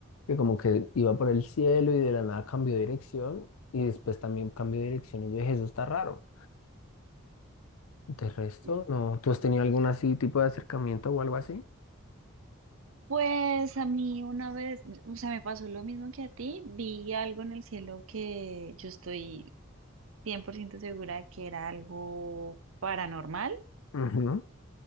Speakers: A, on the left; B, on the right.
A: que como que iba por el cielo y de la nada cambió de dirección y después también cambió de dirección y yo dije, eso está raro. De resto,
B: Sí.
A: no. ¿Tú has tenido algún así tipo de acercamiento o algo así?
B: Pues a mí una vez, o sea, me pasó lo mismo que a ti, vi algo en el cielo que yo estoy 100% segura que era algo paranormal.
A: Ujú.